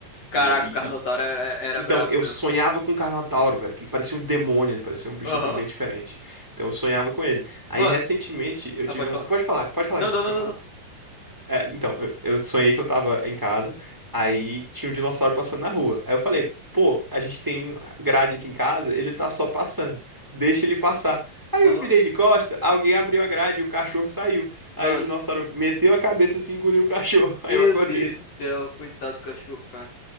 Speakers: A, on the left; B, in the centre.
A: Caraca,
B: E, e-
A: o Carnotauro
B: e-
A: era, era
B: então,
A: brabo
B: eu
A: mesmo.
B: sonhava com o Carnotauro, velho, que ele parecia um demônio, ele parecia um bicho
A: Aham.
B: assim bem diferente. Então eu sonhava com ele. Aí
A: Mano,
B: recentemente eu
A: ah,
B: tive
A: pode
B: um.
A: falar.
B: Pode falar, pode falar
A: Não,
B: então,
A: não,
B: pode
A: não, não,
B: falar.
A: não.
B: É, então, eu, eu sonhei que eu tava em casa, aí tinha um dinossauro passando na rua. Aí eu falei, pô, a gente tem grade aqui em casa, ele tá só passando, deixa ele passar. Aí
A: Aham.
B: eu virei de costa, alguém abriu a grade e o cachorro saiu.
A: Mano,
B: Aí o dinossauro meteu a cabeça assim, e engoliu o cachorro. <laughs> Aí
A: meu
B: eu acordei.
A: Deus do céu, coitado do cachorro, cara.